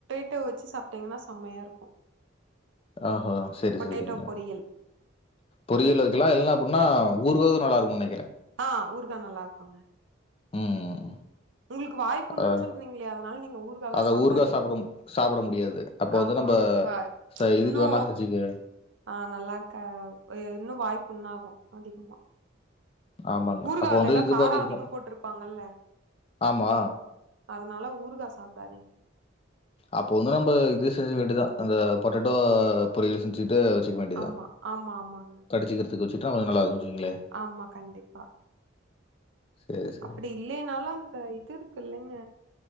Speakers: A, on the right; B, on the left.
A: ட்டு வெச்சு சாப்ட்டீங்கன்னா செமயா இருக்கு
B: ஆஹா சேரி
A: பொட்டேட்டோ
B: சேரிங்க
A: பொரியல்
B: பொரியலு வெக்கலா இல்ல அப்டினா ஊருகாக்கு நல்லா இருக்குனு நெனைக்கிற
A: ஆ ஊறுகா நல்லா இருக்குங்க
B: ம்
A: உங்களுக்கு வாய்ப்புன்னு
B: அ
A: சொல்றீங்கில்லயா அதனால நீங்க ஊர்கால்லா
B: அத
A: சாப்டாதீங்க
B: ஊறுகா சாப்ட சாப்ட முடியாது அப்போ
A: ஆமா
B: வந்து நம்ப
A: வா
B: இதுக்கு
A: இன்னு
B: வேணா செச்சுக்கு
A: ஆ நல்லா இருக்க இன்னு வாய்ப்புன்னாகு அதிகமா
B: ஆமாங்க
A: ஊறுகாய்லல்லா
B: அப்ப வந்து இது
A: காரோ
B: பாட்டுக்கு
A: அதிகோ போட்டிருப்பாங்கல்ல
B: ஆமா
A: அதனால ஊறுகா சாப்டாதீங்க
B: அப்போ வந்து நம்ம இது செஞ்சு வேண்டிதா அந்த பொட்டெட்டோ பொரியல் செஞ்ச்சிட்டு வச்சுக்க வேண்டிதா
A: ஆமா ஆமா ஆமாங்க
B: கடிச்சிக்கிறதுக்கு வச்சுட்டா கொஞ்ச நல்லாருக்கு வெச்சிங்குங்ளே
A: ஆமா கண்டிப்பா
B: சேரி சேரி
A: அப்டி இல்லேனாலு அந்த இது இருக்கு இல்லங்க